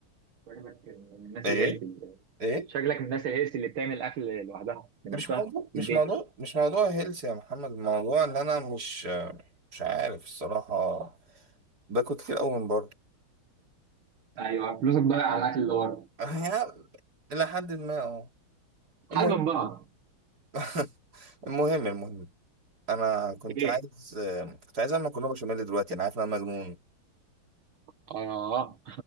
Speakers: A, on the right; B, on the right.
A: شكلك من الناس
B: ايه
A: الهيلثي
B: ايه
A: شكلك من الناس الهيلثي اللي بتعمل اكل لوحدها بنفسها
B: مش موضوع
A: في
B: مش
A: البيت
B: موضوع مش موضوع هيلث يا محمد الموضوع ان انا مش مش عارف الصراحه باكل كتير قوي من بره
A: ايوه فلوسك ضايعه على الاكل اللي ورا
B: هي إلى حد ما اه
A: حل
B: المهم
A: من بعض
B: <laughs> المهم المهم أنا كنت
A: ايه؟
B: عايز كنت عايز أعمل مكرونة بشاميل دلوقتي أنا عارف إن أنا مجنون
A: اه